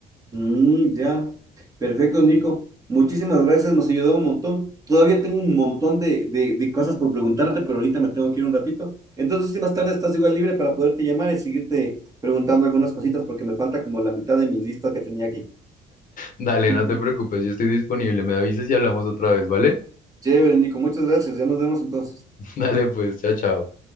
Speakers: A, on the right (about 20°); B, on the left (about 50°).
A: Mm, ya. Perfecto, Nico. Muchísimas gracias, nos ayudó un montón. Todavía tengo un montón de, de, de cosas por preguntarte, pero ahorita me tengo que ir un ratito. Entonces, si más tarde estás igual libre para poderte llamar y seguirte preguntando algunas cositas, porque me falta como la mitad de mi lista que tenía aquí.
B: Dale,
A: <laughs>
B: no te preocupes, yo estoy disponible. Me avisas y hablamos otra vez, ¿vale?
A: Chévere, Nico, muchas gracias. Ya nos vemos entonces.
B: <laughs> Dale, pues, chao, chao.